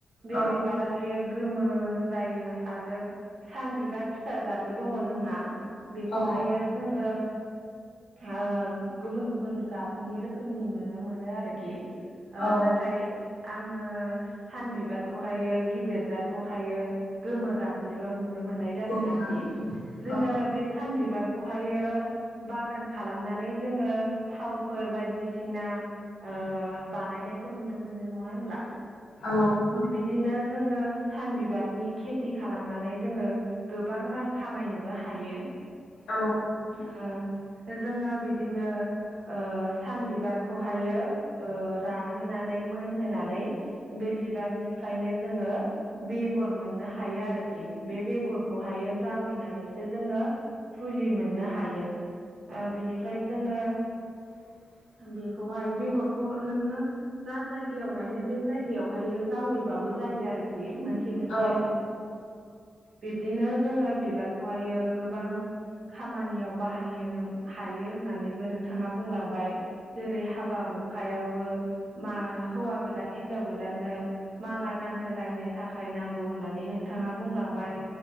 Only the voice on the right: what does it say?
बे
बिबाराहायो गोमो जायो आरो सान बिबार फिसाजादबो दङ जोंहा बेखौहायो
जोङो ओ गुबुन गुबुन गाबनि रोखोमनि नुनो मोनो आरोखि ओ
नाथाय आङो सान बिबारखौहायो गिदिर जारखौहायो गोमो गाबनिल' नुनो मोननाय जादों
आरोखि जोङो
बे सान बिबारखौहायो बागान खालामनानै जोङो थावफोर बायदिसिना सिना ओ बानायनायखौ नुनो मोनो नङा होनब्ला।
बिदिनो जोङो सान बिबारनि खेथि खालाम नानै जोङो गोबां रां खामायनोबो हायो
ओ जोङो बिदिनो ओ सान बिबार खौहायो ओ राहोनानै। मोनहोनानै बे बिबारनिफ्रायनो जोङो बेगर मोननो हायो आरोखि बे बेगरखौहायो जावैनानैसो जोङो फुलि मोननो हायो ओ बिनिफ्राय जोङो
बेखौहाय बेगरखौ नोङो जा जायगायाव गायनो बे जायगायावहायो जावैबाबो जायो आरोख मोनसे मोनसे
बिबदिनो जोङो बिबारखौहायो गोबां खामानियाव बाहायो हायो होननानैबो नोंथाङा बुंलांबाय जेरै हाबा हुखायावबो। मा हौवा गोदान हिनजाव गोदाननो माला गानहोलायनो थाखाय नांगौ होननानै नों नोंथाङा बुंलांबाय